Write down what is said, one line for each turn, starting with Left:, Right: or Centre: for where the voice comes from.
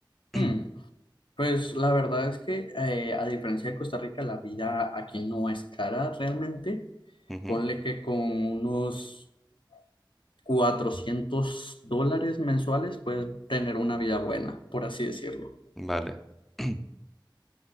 Centre: <clears throat>
Left: hmm, Pues la verdad es que eh, a diferencia de Costa Rica, la vida aquí no es cara realmente.
Centre: Ujú,
Left: Ponle que con unos 400 dólares mensuales puedes tener una vida buena, por así decirlo.
Centre: Vale. <clears throat>